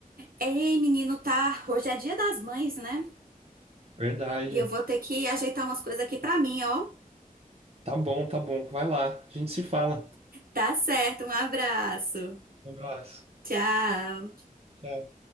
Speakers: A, on the right; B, on the right.
A: Ei, menino, tá? Hoje é dia das mães, né?
B: Verdade.
A: E eu vou ter que ajeitar umas coisas aqui pra mim, ó.
B: Tá bom, tá bom. Vai lá. A gente se fala.
A: Tá certo, um abraço.
B: Um abraço.
A: Tchau.
B: Tchau.